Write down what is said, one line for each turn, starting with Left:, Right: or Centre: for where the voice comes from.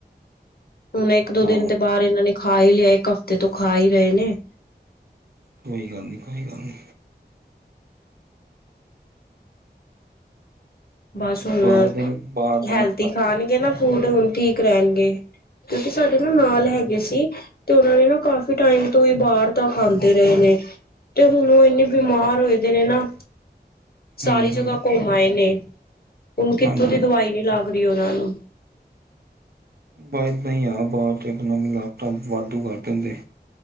Left: ਹੁਣ ਇੱਕ ਦੋ
Right: ਹਾਂ
Left: ਦਿਨ ਦੇ ਬਾਹਰ ਇਹਨਾਂ ਨੇ ਖਾ ਹੀ ਲਿਆ ਇੱਕ ਹਫ਼ਤੇ ਤੋਂ ਖਾ ਹੀ ਰਹੇ ਨੇ
Right: ਕੋਈ ਗੱਲ ਨੀ ਕੋਈ ਗੱਲ ਨੀ
Left: ਬਸ
Right: ਨਹੀਂ
Left: ਹੁਣ
Right: ਬਾਹਰ ਦੇ ਨੀ ਬਾਹਰ ਦਾ
Left: ਹੈਲਦੀ
Right: ਨਾ ਖਾਇਆ
Left: ਖਾਣਗੇ ਨਾ ਫੂਡ ਹੁਣ ਠੀਕ
Right: ਕਰੋ
Left: ਰਹਿਣਗੇ ਕਿਉਂਕਿ ਸਾਡੇ ਨਾ ਨਾਲ ਹੈਗੇ ਸੀ ਤੇ ਉਹਨਾਂ ਨੇ ਨਾ ਕਾਫ਼ੀ ਟਾਈਮ ਤੋਂ ਹੀ ਬਾਹਰ ਦਾ ਖਾਂਦੇ ਰਹੇ ਨੇ ਤੇ ਹੁਣ ਉਹ ਇੰਨੀ ਬਿਮਾਰ ਹੋਏ ਦੇ ਨੇ ਨਾ ਸਾਰੀ
Right: ਹੂੰ
Left: ਜਗ੍ਹਾ
Right: ਹੂੰ
Left: ਘੁੰਮ ਆਏ ਨੇ ਹੁਣ ਕਿੱਥੋਂ
Right: ਹਾਂਜੀ
Left: ਦੀ ਦਵਾਈ ਨੀ ਲੱਗ ਰਹੀ ਉਹਨਾਂ ਨੂੰ
Right: ਬਾਇ ਏਦਾਂਈ ਆ ਬਾਹਰ ਤੇ ਆਪਣਾ ਮਿਲਾਵਟਾਂ ਵਾਧੂ ਕਰ ਦਿੰਦੇ